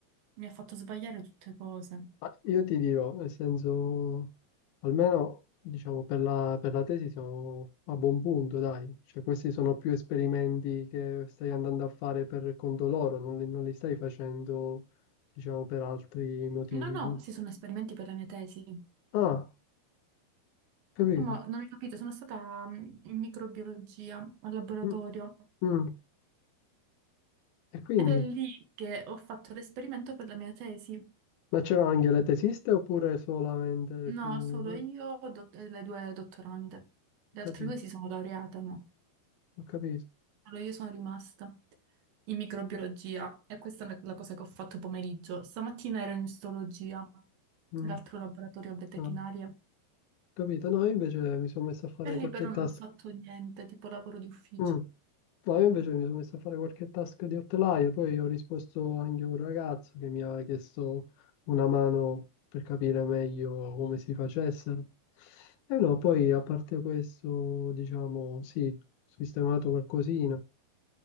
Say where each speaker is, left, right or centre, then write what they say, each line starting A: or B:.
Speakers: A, on the right; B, on the left.
A: mi ha fatto sbagliare tutte cose.
B: ma io ti dirò, nel senso, almeno diciamo per la, per la tesi siamo a buon punto, dai. Cioè, questi sono più esperimenti che stai andando a fare per conto loro, non li, non li stai facendo, diciamo, per altri motivi.
A: No, no,
B: giu-
A: questi sono esperimenti per la mia tesi.
B: Ah, capito.
A: Ma non hai capito, sono stata mm, in microbiologia al laboratorio
B: Mm, mm. E quindi?
A: ed è lì che ho fatto l'esperimento per la mia tesi.
B: Ma c'erano anche le tesiste oppure solamente tu?
A: No, solo io dot- e le due dottorande. Le
B: Ho capito.
A: altre due si sono laureate, no.
B: Ho capito.
A: Solo io sono rimasta in microbiologia e questa è la la cosa che ho fatto pomeriggio. Stamattina ero in istologia,
B: Mm.
A: l'altro laboratorio a veterinaria.
B: Ah, ho capito. No, io invece mi sono messo a fare
A: E lì
B: qualche
A: però
B: task.
A: non ho fatto niente, tipo lavoro di ufficio.
B: Mm. No, io invece mi sono messo a fare qualche task di Outlier, poi ho risposto anche a un ragazzo che mi aveva chiesto una mano per capire meglio come si facessero. E no, poi a parte questo, diciamo, sì, ho sistemato qualcosina.